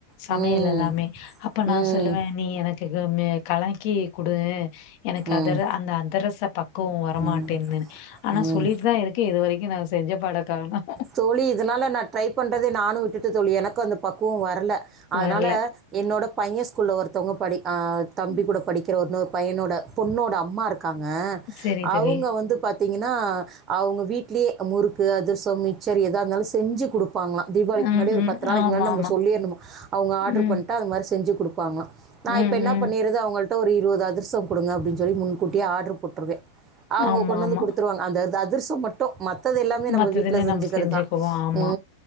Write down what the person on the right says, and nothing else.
ம்
ம்
ம்
ம்
ம்
தோழி இதனால நான் ட்ரை பண்றதே நானும் விட்டு த்து தோழி எனக்கும் அந்த பக்குவம் வரல அதனால
என்னோட பையன் ஸ்கூல்ல ஒருத் தொங்கப்படி ஆ தம்பி
கூட படிக்கிற இன்னொரு பயனுட பொண்ணோட அம்மா இருக்காங்க
அவங்க வந்து பாத் பாதிங்கன்னா அவங்க வீட்லயே முறுக்கு அதிரசம் சம் மிச்சர் எதா இருந்தாலும் செஞ்சு குடு குடுப்பாங்களாம் தீபாவளிக்கு
முன்னாடியே ஒரு
பத்து நாளைக்கு
முன்னாடியே நம்ம
சொல்லிரணுமா அவங்க ஆட்ரு
பண்ட அதுமாரி செஞ்சி குடுப்பாங்களாம் நான்
இப்ப என்ன
பண்ணிரது அவங்கள்ட ட்ட ஒரு இருபது அதிரசம் குடுங்க அப்பிடின்னு சொல்லி முன்கூட்டியே ஆட்ரு போட்டுருவேன் அவங்க
கொண்டு வந்து
குடுத்துருவாங்க அந்த அதிரசம் மட் டும் மத்தது எல்லாமே நம்ம
வீட் செஞ்சுக்கிறது
தான்
உ